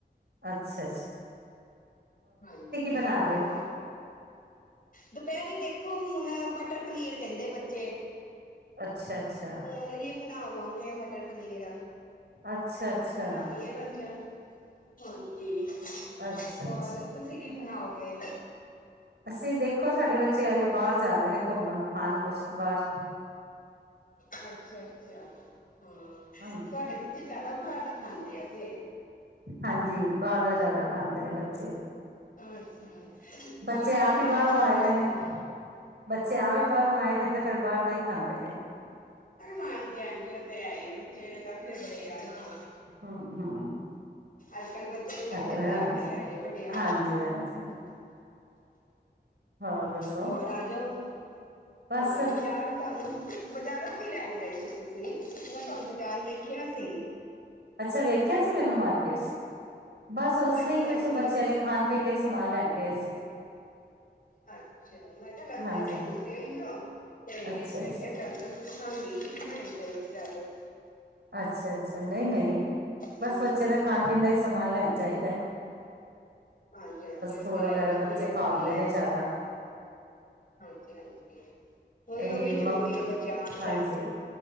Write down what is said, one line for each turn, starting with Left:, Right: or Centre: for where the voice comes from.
Right: ਅੱਛਾ ਅੱਛਾ।
Left: ਹਾਂਜੀ
Right: ਬਣਾ ਰਹੇ
Left: ਹੋਰ?
Right: ਹੋ
Left: ਦੁਪਹਿਰੇ ਦੇਖੋ ਹੁਣ, ਮਟਰ ਪਨੀਰ ਕਹਿੰਦੇ ਬੱਚੇ।
Right: ਅੱਛਾ ਅੱਛਾ।
Left: ਉਹੀ ਬਣਾਵਾਂਗੇ ਮਟਰ ਪਨੀਰ
Right: ਅੱਛਾ
Left: ਮੈ
Right: ਅੱਛਾ
Left: ਕਿਹਾ ਬਣਾ ਦਈਏ ਬੱਚਿਆਂ ਨੂੰ। ਹਾਂਜੀ
Right: ਅੱਛਾ
Left: ਹੋਰ
Right: ਅੱਛਾ
Left: ਤੁਸੀਂ ਕੀ ਬਣਾਓਗੇ?
Right: ਅਸੀਂ ਦੇਖੋ, ਸਾਡੇ ਬੱਚੇ ਅੱਜ ਬਾਹਰ ਜਾ ਰਹੇ ਨੇ ਘੁੰਮਣ ਖਾਣ ਕੁਛ ਬਾਹਰ।
Left: ਅੱਛਾ, ਅੱਛਾ ਹਾਂ
Right: ਹਾਂਜੀ
Left: ਤੁਹਾਡੇ ਬੱਚੇ ਜਿਆਦਾ ਬਾਹਰ ਦਾ ਖਾਂਦੇ ਆ ਕਿ।
Right: ਹਾਂਜੀ ਬਾਹਰ ਦਾ ਜ਼ਿਆਦਾ ਖਾਂਦੇ ਨੇ ਬੱਚੇ।
Left: ਅੱਛਾ,
Right: ਬੱਚੇ
Left: ਬਾਹਰ
Right: ਆਪ
Left: ਦਾ ਨਾ
Right: ਹੀ
Left: ਘੱਟ
Right: ਬਾਹਰੋਂ ਆਏ
Left: ਖਵਾਇਆ
Right: ਦੇ ਨੇ
Left: ਕਰੋ।
Right: ਬੱਚੇ ਆਪ ਵੀ ਬਾਹਰੋਂ ਆਏ ਨੇ ਤੇ ਫੇਰ ਬਾਹਰ ਦਾ ਹੀ ਖਾਂਦੇ ਨੇ।
Left: ਹਾਂਜੀ, ਹਾਂਜੀ ਉਹ ਤੇ ਹੈ ਹੀ ਬੱਚੇ ਦੇ ਨਖਰੇ ਬੜੇ ਆ ਨਾ।
Right: ਹਮ ਹਮ
Left: ਅੱਜ ਕੱਲ। ਤੇਰੇ ਨਖਰੇ
Right: ਸਾਡਾ
Left: ਬੜੇ
Right: ਵੀ ਹਾਂਜੀ
Left: ਹੋ ਗਏ ਆ, ਇਨੇ ਵੱਡੇ ਆ।
Right: ਹਾਂਜੀ ਹਾਂਜੀ ਹੋਰ ਦੱਸੋ
Left: ਹੋਰ ਆ ਜਾਓ?
Right: ਬਸ
Left: ਹੋਰ ਬਾਜ਼ਾਰ ਤੁਹਾਨੂੰ ਬਾਜ਼ਰੋ ਕੀ ਲੈਣ ਗਏ ਸੀ, ਤੁਸੀਂ ਮੈਂ ਤੁਹਾਨੂੰ ਬਾਜ਼ਾਰ ਵੇਖਿਆ ਸੀ।
Right: ਅੱਛਾ ਵੇਖਿਆ ਸੀ, ਮੈਨੂੰ ਮਾਰਕੀਟ ਚ? ਬਸ ਉਸ
Left: ਹਾਂਜੀ
Right: ਤਰ੍ਹਾਂ ਹੀ ਕੁਛ
Left: ਹਾਂਜੀ
Right: ਬੱਚਿਆਂ
Left: ਮੈਂ
Right: ਲਈ ਖਾਣ ਪੀਣ ਲਈ ਸਮਾਨ ਲੈਣ ਗਏ ਸੀ।
Left: ਅੱਛਾ, ਮੈਂ ਕਿਆ ਲੱਗਦੇ
Right: ਹਾਂਜੀ
Left: ਤੇ ਤੁਸੀਂਓ ਈ ਔ, ਤੇ
Right: ਅੱਛਾ
Left: ਮੈਂ
Right: ਅੱਛਾ
Left: ਕਿਆ ਚੱਲ ਪੁੱਛਾਂਗੀ, ਕੀ ਲੈਣ ਗਏ ਬਜ਼ਾਰੋਂ?
Right: ਅੱਛਾ-ਅੱਛਾ, ਨਈ-ਨਈ,
Left: ਹਾਂਜੀ
Right: ਬਸ ਬੱਚੇਆਂ ਦਾ ਖਾਣ ਪੀਣ ਦਾ ਈ ਸਮਾਨ ਲੈਣ ਜਾਈਦਾ ਏ।
Left: ਹਾਂਜੀ-ਹਾਂਜੀ, ਔਹ
Right: ਫੂਡ
Left: ਤੇ
Right: ਵਗੈਰਾ
Left: ਹੈ ਈ ਏ, ਉਹ
Right: ਬੱਚੇ
Left: ਵੀ ਜਰੂਰੀ
Right: ਖਾਂਦੇ
Left: ਐ।
Right: ਨੇ ਜਾਦਾ
Left: ਹਾਂਜੀ-ਹਾਂਜੀ, ਉਹੀ
Right: ਏਈ
Left: ਉਹ ਵੀ ਜ਼ਰੂਰੀ
Right: ਮਕ
Left: ਐ, ਬੱਚੇਆਂ ਵਾਸਤੇ।
Right: ਹਾਂਜੀ